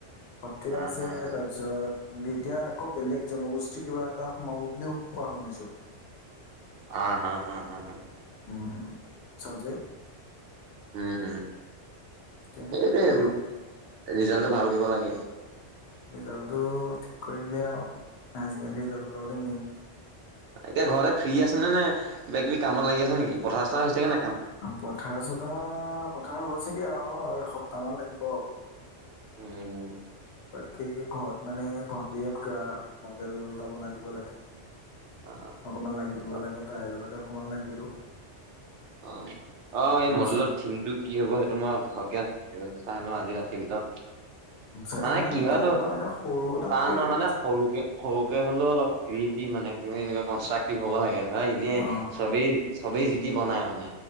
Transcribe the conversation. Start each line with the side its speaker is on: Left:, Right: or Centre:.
Left: সত্ৰীয়া
Right: হা
Left: আছে
Right: হা হা
Left: তাৰপিছত, দি এতিয়া আকৌ বেলেগ জনগোষ্ঠী কিবা এটা সোমাব বুলিও কোৱা শুনিছো।
Right: আ হা হা হা হা,
Left: উম চাবজেক্ট,
Right: উম উম
Left: তেনেকুৱাকে
Right: সেইটোৱে
Left: আৰু
Right: ৰিজাল্টটো ভাল কৰিব লাগে।
Left: ৰিজাল্টটো ঠিক কৰিলে আৰু হাই ছেকেণ্ডেৰী ৰিজাল্টটোৰ লগতে মেইন।
Right: এতিয়া ঘৰতে ফ্ৰী আছে নে নাই কিবা কিবি কামত লাগি আছে নেকি পথাৰ চথাৰ হৈছেগে নাই কাম।
Left: পথাৰ চতা পথাৰ হৈছেগে আৰু এসপ্তাহ মান লাগিব আৰু
Right: উম
Left: বাকী ঘৰত মানে ভণ্টিক মডেল এটা বনাই দিব লাগে।
Right: অ
Left: অকমান লাগি দিব
Right: অ
Left: লাগে তাই লগতে অকমান লাগিলো।
Right: অ অ এই
Left: তাৰপিছত
Right: মডেলৰ থিম টো কি হব সেইটো মই ভালকে উ চাহ লওঁ আজি ৰাতিৰ ভিতৰত।
Left: উ
Right: মানে
Left: ইমান
Right: কিহতো
Left: টান ন এ সৰু এটা
Right: টান
Left: দিলেও
Right: মানে
Left: যা-
Right: সৰুকে, সৰুকে হলেও অলপ ক্ৰিয়েটিভ মানে এনেকুৱা কনষ্ট্ৰাক্টিভ হব লাগে নয় এনেই
Left: অ
Right: চবেই, চবেই জিতি বনাই মানে।